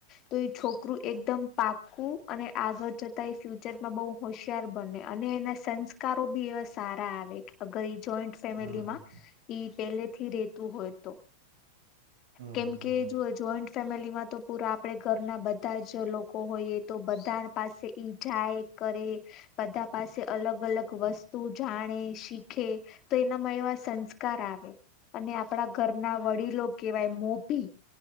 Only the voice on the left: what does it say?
તો એ છોકરું એકદમ પાકું અને આગળ જતા એ ફ્યુચરમાં બહુ હોશિયાર બને અને એના સંકા કારો બી એવા સારા આવે કે અગર જોઈન્ટ ફેમિલીમાં
પેલેથી રેતું હોય તો કેમકે
જો જોઈન્ટ ફેમિલીમાં તો પૂરા આપડે ઘરના બધા જ લોકો હોઈએ તો બધા પાસે ઈજાય કરે બધા પાસે અલગ અલગ વસ્તુ જાણે શીખે તો એનામાં એવા સંસ્કાર આવે અને પડા ધરના વડીલો કેવાય મોભી